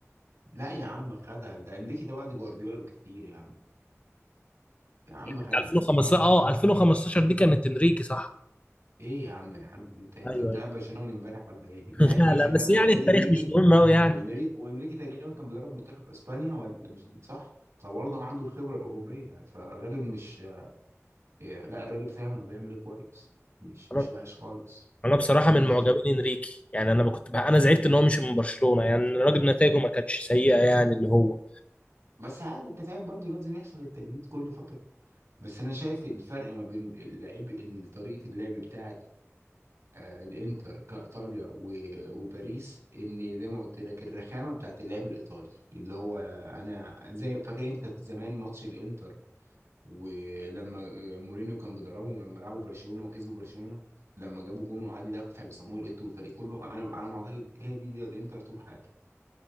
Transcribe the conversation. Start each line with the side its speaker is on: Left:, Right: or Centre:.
Right: لا يا عم خدها ده انريكي ده بعد جوارديولا بكتير يا عم يا عم خدها
Left: بتاع 2015 اه 2015 دي كانت انريكي صح
Right: ايه يا عم الحاج انت انت
Left: ايوه
Right: متابع
Left: ايوه
Right: برشلونه من امبارح ولا ايه
Left: <laughs>
Right: يا انريكي
Left: لا لا بس
Right: خدها
Left: يعني
Right: بعدين
Left: التاريخ
Right: انريكي
Left: مش مهم قوي يعني
Right: وانريكي وانريكي تقريبا كان بيدرب منتخب اسبانيا ولا مش صح فبرضه عنده الخبره الاوروبيه فالراجل مش إيه، لا الراجل فاهم هو بيعمل ايه كويس مش
Left: آه.
Right: مش وحش خالص
Left: انا بصراحه من
Right: انا
Left: معجبين
Right: شايف
Left: انريكي يعني انا كنت بقى انا زعلت ان هو مش من برشلونه يعني الراجل نتائجه ما كانتش سيئه يعني اللي هو
Right: بس عادي انت فاهم برضه لازم يحصل التجديد كل فتره بس انا شايف الفرق ما بين اللعيب طريقه اللعب بتاعه آه، الانتر كايطاليا و- وباريس ان زي ما قلت لك الرخامه بتاعت اللعب الايطالي اللي هو انا زي فاكر انت زمان ماتش الانتر ولما آه، مورينيو كان بيدربهم لما لعبوا برشلونه وكسبوا برشلونه لما جابوا جون وقعد يدافع بصامويل ايتو والفريق كله انا انا ما اعتقد هي دي, دي الانتر طول حياتها